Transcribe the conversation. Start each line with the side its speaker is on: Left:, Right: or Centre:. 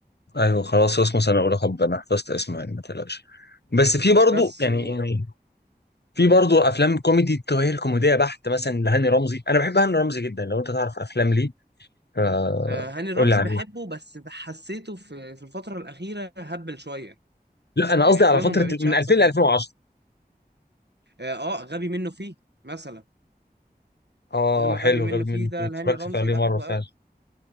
Left: ايوه خلاص اسمه سنه اولى حب انا حفظت اسمه يعني ما تقلقش بس في برضه
Right: بس
Left: يعني
Right: و...
Left: يعني في برضه افلام كوميدي التوهيل كوميديه بحت مثلا لهاني رمزي انا بحب هاني رمزي جدا لو انت تعرف افلام ليه فا
Right: آه، هاني رمزي
Left: قول لي عليه
Right: بحبه بس حسيته في في الفترة الأخيرة هبل شوية
Left: لا انا
Right: يعني
Left: قصدي
Right: أفلامه
Left: على فتره
Right: ما بقتش
Left: من
Right: أحسن
Left: 2000 ل
Right: حاجة
Left: 2010
Right: آه آه، غبي منه فيه مثلا
Left: اه
Right: فيلم غبي
Left: حلو
Right: منه
Left: غبي
Right: فيه
Left: منه
Right: ده
Left: فيه
Right: لهاني
Left: اتفرجت
Right: رمزي
Left: في عليه
Right: ده
Left: مره
Right: حلو
Left: فعلا
Right: قوي